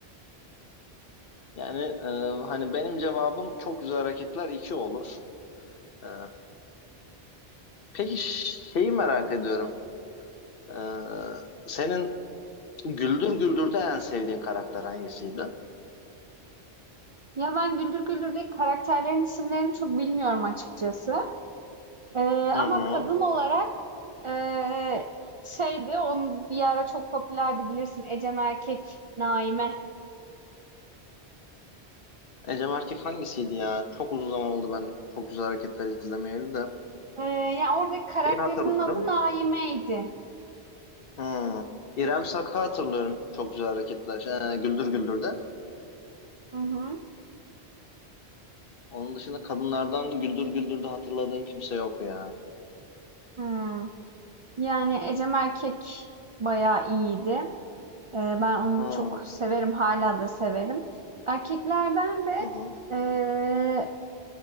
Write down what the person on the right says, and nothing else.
Ya ben Güldür Güldür'deki karakterlerin isimlerini çok bilmiyorum açıkçası. Eee,
ama
kadın olarak eee şeydi, onun bir ara çok popülerdi bilirsin. Ecem Erkek, Naime.
Eee, ya, oradaki karakterinin
adı Naime'ydi.
Hı hı.
Hımm. Yani Ecem Erkek bayağı iyiydi. Eee, ben onu
çok severim, hala da severim. Erkeklerden de,
eee,